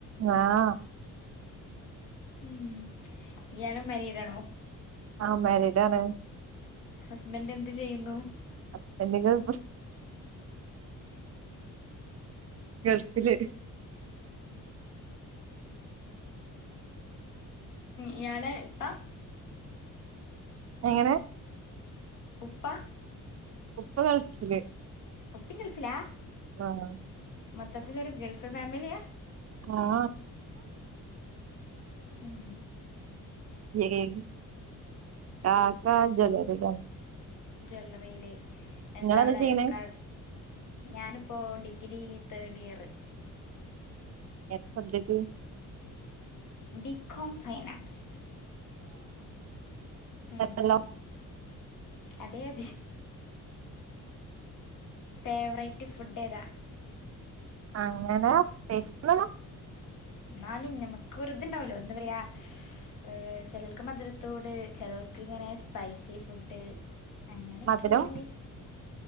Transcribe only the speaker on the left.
ഉം ഇയാളും മരിടണോ
ഹസ്ബന്റ് എന്ത് ചെയ്യുന്നു
ഇയാള ഇപ്പ
ഉപ്പ
ഉപ്പിംകൾഫിലാ
മൊത്തത്തില് ഒരു ഗൾഫ് ഫാമിലിയാ
ഉം
ജ്വല്ലറിയില്
എന്താവിടെ
ക ഞാനിപ്പോൾ ഡിഗ്രി തേഡ് ഇയറ്
ബിക്കോം സയൻസ് ഉം
അതെ അതെ ഫേവറേറ്റ് ഫുഡ് ഏതാ?
ന്നാലും ഞമ്മക്ക് ഒരു ഇത്ണ്ടാവലോ എന്താ പറയാ ഏ ചേലോൽക്ക് മധുരത്തോട് ചേലോൽക്ക് ഇങ്ങനെ സ്പൈസി ഫുഡ് അങ്ങനെക്കെള്ളല്